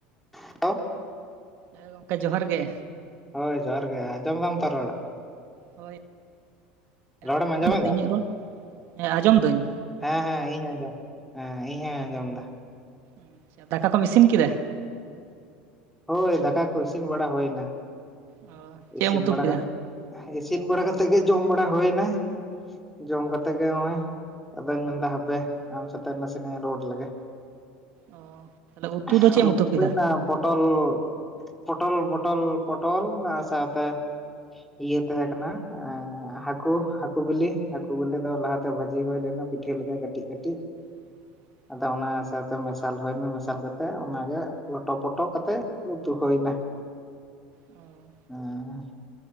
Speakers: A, in the centre; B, on the right (about 60°).
A: <unintelligible>
B: ᱦᱮᱸ ᱜᱚᱝᱠᱮ ᱡᱚᱦᱟᱨ ᱜᱮ᱾
A: ᱦᱳᱭ ᱡᱚᱦᱟᱨ ᱜᱮ, ᱟᱸᱡᱚᱢ ᱫᱟᱢ ᱛᱚ ᱨᱚᱲ?
B: ᱦᱳᱭ
A: ᱨᱚᱲᱮᱢ
B: ᱟᱸᱡᱚᱢᱚᱜ
A: ᱟᱸᱡᱚᱢᱮᱫᱟ
B: ᱠᱟᱱᱟ ᱛᱚ ᱤᱧᱟᱹᱜ ᱨᱚᱲ? ᱦᱮᱸ ᱟᱸᱡᱚᱢ ᱫᱟᱹᱧ᱾
A: ᱦᱮᱸ ᱦᱮᱸ ᱤᱧ ᱟᱸᱡᱚᱢ ᱦᱮᱸ ᱤᱧᱦᱚᱧ ᱟᱸᱡᱚᱢ ᱫᱟ᱾
B: ᱟᱪᱪᱷᱟ ᱫᱟᱠᱟ ᱠᱚᱢ ᱤᱥᱤᱱ ᱠᱮᱫᱟ?
A: ᱦᱳᱭ ᱫᱟᱠᱟ ᱠᱚ ᱤᱥᱤᱱ ᱵᱟᱲᱟ ᱦᱳᱭᱱᱟ᱾
B: ᱚ ᱪᱮᱫ
A: ᱤᱥᱤᱱ
B: ᱮᱢ ᱩᱛᱩ
A: ᱵᱟᱲᱟ
B: ᱠᱮᱫᱟ
A: ᱠᱟᱛᱮ ᱤᱥᱤᱱ ᱵᱟᱲᱟ ᱠᱟᱛᱮᱫ ᱜᱮ ᱡᱚᱢ ᱵᱟᱲᱟ ᱦᱳᱭᱱᱟ᱾ ᱡᱚᱢ ᱠᱟᱛᱮ ᱜᱮ ᱦᱚᱜ-ᱚᱭ ᱟᱫᱚᱧ ᱢᱮᱱᱫᱟ ᱦᱟᱯᱮ ᱟᱢ ᱥᱟᱛᱮ ᱱᱟᱥᱮᱱᱟᱜ ᱨᱳᱲ ᱞᱮᱜᱮ᱾
B: ᱚ ᱛᱟᱦᱚᱞᱮ ᱩᱛᱩ
A: <unintelligible>
B: ᱫᱚ ᱪᱮᱫ ᱮᱢ ᱩᱛᱩ ᱠᱮᱫᱟ
A: ᱯᱚᱴᱚᱞ ᱯᱚᱴᱚᱞ ᱯᱚᱴᱚᱞ ᱯᱚᱴᱚᱞ ᱟᱨ ᱥᱟᱶᱛᱮ ᱤᱭᱟᱹ ᱛᱟᱦᱮᱸ ᱠᱟᱱᱟ ᱦᱟᱹᱠᱩ ᱦᱟᱹᱠᱩ ᱵᱤᱞᱤ ᱦᱟᱹᱠᱩ ᱵᱤᱞᱤ ᱫᱚ ᱞᱟᱦᱟᱛᱮ ᱵᱷᱟᱹᱡᱤ ᱦᱩᱭ ᱞᱮᱱᱟ᱾ ᱯᱤᱴᱷᱟᱹ ᱞᱮᱠᱟ ᱠᱟᱹᱴᱤᱡ ᱠᱟᱹᱴᱤᱡ
B: <inaudible>
A: ᱟᱫᱚ ᱚᱱᱟ ᱥᱟᱶᱛᱮ ᱢᱮᱥᱟᱞ ᱦᱩᱭ ᱱᱟ ᱢᱮᱥᱟᱞ ᱠᱟᱛᱮ ᱚᱱᱟᱜᱮ ᱞᱚᱴᱚ ᱯᱚᱴᱚ ᱠᱟᱛᱮ ᱩᱛᱩ ᱦᱩᱭ ᱮᱱᱟ᱾
B: ᱚ
A: ᱦᱮᱸ